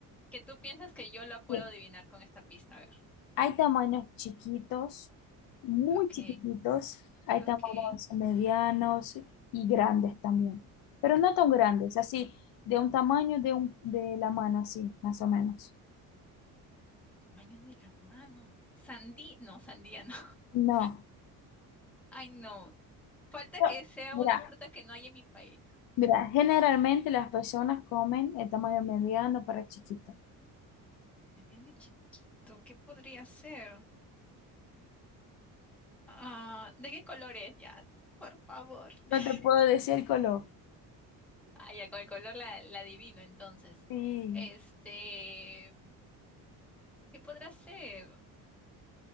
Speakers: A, in the centre; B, on the left.
A: que tú piensas que yo la puedo
B: Sí.
A: adivinar con esta pista, a ver.
B: Hay tamaños chiquitos, muy
A: Ok,
B: chiquititos, hay
A: ok.
B: tamaños medianos y grandes también, pero no tan grandes, así, de un tamaño de, un, de la mano, así, más o menos.
A: Tamaño de la mano. Sandía, no, sandía no. <laughs>
B: No,
A: Ay, no. Falta
B: No,
A: que sea
B: mira,
A: una fruta que no hay en mi país.
B: mira, generalmente las personas comen el tamaño mediano para chiquito.
A: Mediano y chiquito, ¿qué podría ser? Ah, ¿de qué color es? Ya, por favor.
B: No
A: <laughs>
B: te puedo decir el color.
A: Ah, ya, con el color la, la adivino, entonces.
B: Sí.
A: Este, ¿qué podrá ser?